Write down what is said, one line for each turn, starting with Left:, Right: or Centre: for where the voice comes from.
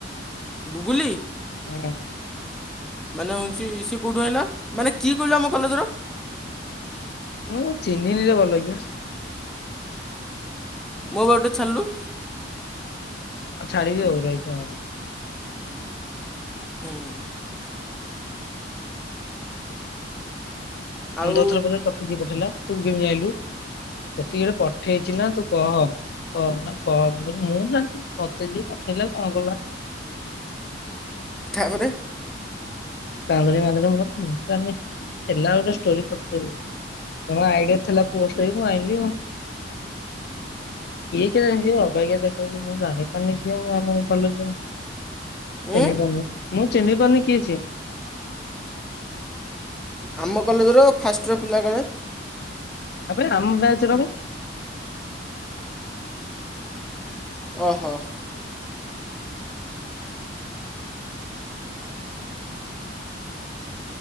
Centre: ଗୁଗୁଲିୀ
Left: ହୁଁ,
Centre: ମାନେ ହଉଛି ସିଏ କୋଉଠୁ ଆଇଁଲା ମାନେ କିଏ କହିଲା ଆମ କଲେଜ ର।
Left: ମୁଁ ଚିହ୍ନିଲିରେ ଭଲକି।
Centre: ମୋ ପାଖକୁ ଟିକେ ଛାଡ଼ିଲୁ।
Left: ଆଉ ଛାଡ଼ିବି ଆଉ ରଇଥା
Centre: ହୁଁ, ଆଉ
Left: ପନ୍ଦର ଥର ପରେ ତତେ କିଏ ପଠେଇଲା। ତୁ କେମିତି ଯାଇଁଲୁ ତତେ କିଏ ଗୋଟେ ପଠେଇଛି ନା ତୁ କହ? କହୁନ କୁହ ମୁଁ କହିଲି ମୁଁ ମତେ ଯିଏ ପଠେଇଲେ କ ଣ କଲା
Centre: ତା ପରେ,
Left: କାନ୍ଦୁଣି ମାନ୍ଦୁଣି ମୁଁ କହିଲି ଚିନ୍ତା ନାହିଁ ହେଲା ଗୋଟେ ଷ୍ଟୋରି କରିଦେବି। କଣ ଆଇଡିଆ ଥିଲା ପୋଷ୍ଟ ହେଇକି ମୁଁ ଆଇଁଲି ଆଉ କିଏ କେ ଜାଣିଚି ଅବାକିଆ ଦେଖାହୋଉଚି ମୁଁ ଜାଣିପାରୁନି ଝିଅ ଓ ଆମ କଲେଜ ଚିନି
Centre: ଉଁ
Left: ପାରୁନି ମୁଁ ଚିହ୍ନି ପାରୁନି କିଏ ସିଏ।
Centre: ଆମ କଲେଜର ଫାଷ୍ଟ୍ ଇଅର ପିଲା କାଳେ।
Left: ଆବେ ଆମ ବ୍ୟାଚ୍‌ ର ବେ
Centre: ଓହୋ।